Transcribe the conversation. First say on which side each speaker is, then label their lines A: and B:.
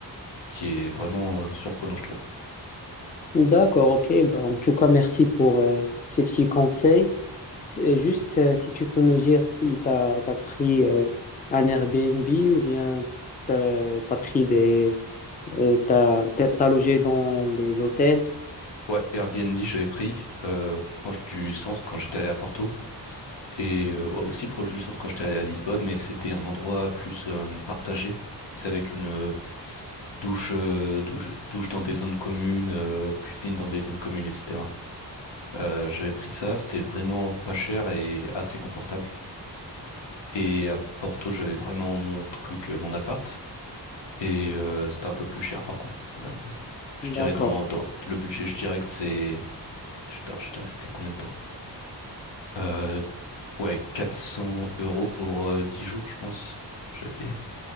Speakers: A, on the left; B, on the left.
A: qui est vraiment euh, surprenant, je trouve.
B: D'accord, ok. Bah, en tout cas, merci pour euh, ces petits conseils. Et juste euh, si tu peux me dire si tu as, pris euh, un Airbnb ou bien tu as, pris des, euh, t'as, t'as- t'as logé dans des hôtels.
A: Ouais, Airbnb, j'avais pris, euh, proche du centre quand j'étais allé à Porto. et euh, ouais, aussi proche du centre quand j'étais allé à Lisbonne, mais c'était un endroit plus euh, partagé. C'est avec une euh, douche, euh, douche, douche dans des zones communes, euh, cuisine dans des zones communes, etc. Euh, j'avais pris ça, c'était vraiment pas cher et assez confortable. Et à Porto, j'avais vraiment mon truc, euh, mon appart, et euh, c'était un peu plus cher par contre. Euh, je
B: D'accord.
A: dirais dans, dans le budget, je dirais que c'est... Je t'ai je t'ai resté combien de temps? Euh, ouais, 400 euros pour euh, 10 jours, je pense. J'avais payé.